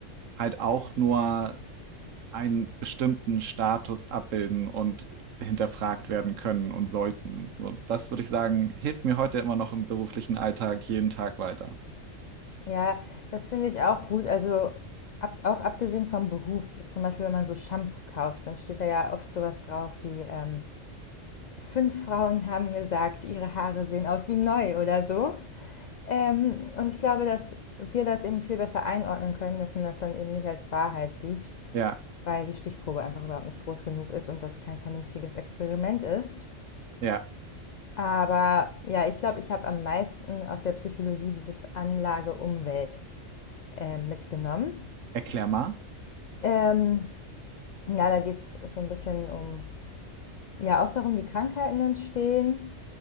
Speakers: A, on the right (about 80°); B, on the left (about 85°).
A: halt auch nur einen bestimmten Status abbilden und hinterfragt werden können und sollten. So, das würde ich sagen, hilft mir heute immer noch im beruflichen Alltag jeden Tag weiter.
B: Ja, das finde ich auch gut. Also ab, auch abgesehen vom Beruf, zum Beispiel wenn man so Shampoo kauft, dann steht da ja oft sowas drauf wie, ähm, fünf Frauen haben gesagt, ihre Haare sehen aus wie neu oder so. Ähm, und ich glaube, dass wir das eben viel besser einordnen können, dass man das dann eben nicht als Wahrheit sieht,
A: Ja,
B: weil die Stichprobe einfach überhaupt nicht groß genug ist und das kein vernünftiges Experiment ist.
A: ja.
B: Aber ja, ich glaube, ich habe am meisten aus der Psychologie dieses Anlage-Umwelt äh, mitgenommen.
A: Erklär mal.
B: Ähm, ja, da geht es so ein bisschen um, ja, auch darum, wie Krankheiten entstehen,